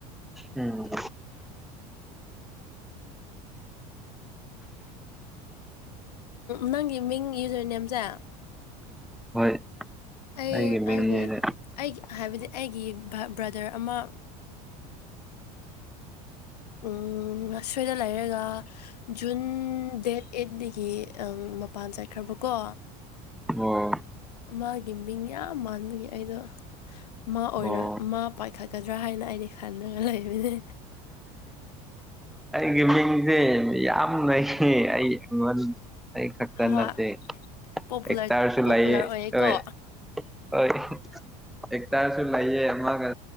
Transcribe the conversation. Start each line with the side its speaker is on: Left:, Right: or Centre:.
Centre: ꯎꯝ
Left: ꯅꯪꯒꯤ ꯃꯤꯡ ꯌꯨꯖꯣꯏ ꯅꯦꯝꯁꯦ
Centre: ꯍꯣꯏ
Left: ꯑꯩ
Centre: ꯑꯩꯒꯤ ꯃꯤꯡꯅꯦꯅ
Left: ꯍꯥꯏꯦ ꯑꯩꯒꯤ ꯍꯥꯏꯕꯗꯤ ꯑꯩꯒꯤ ꯕ꯭ꯔꯗꯔ ꯑꯃ ꯎꯝꯁꯣꯏꯗ ꯂꯩꯔꯒ ꯖꯨꯟ ꯗꯦꯠ ꯑꯩꯠꯇꯗꯒꯤ ꯃꯄꯥꯟ ꯆꯠꯈ꯭ꯔꯕ ꯀꯣ
Centre: ꯑꯣ
Left: ꯃꯥꯒꯤ ꯃꯤꯡ ꯌꯥꯝ ꯃꯥꯟꯕꯒꯤ ꯑꯩꯗꯣ ꯃꯥ ꯑꯣꯏꯔ
Centre: ꯑꯣ
Left: ꯃꯥ ꯄꯥꯏꯈꯠꯀꯗ꯭ꯔꯥ ꯍꯥꯏꯅ ꯑꯥꯏꯗꯤ ꯈꯥꯟꯗꯉ ꯂꯩꯅꯦ
Centre: ꯒꯦꯃꯤ ꯁꯦ ꯌꯥꯝꯅꯩꯌꯦ ꯑꯩ ꯑꯩ ꯈꯛꯇ
Left: ꯍꯣꯏ
Centre: ꯅꯠꯇꯦ
Left: ꯄꯣꯄꯨꯂꯔ
Centre: ꯑꯦꯛꯇꯥꯔꯁꯨ
Left: ꯄꯣꯄꯨꯂꯔ
Centre: ꯂꯩꯌꯦ
Left: ꯑꯣꯏꯌꯦꯀꯣ
Centre: ꯍꯣꯏ ꯍꯣꯏ ꯑꯦ ꯇꯔꯁꯨ ꯂꯥꯏꯌꯦꯦ ꯑꯒ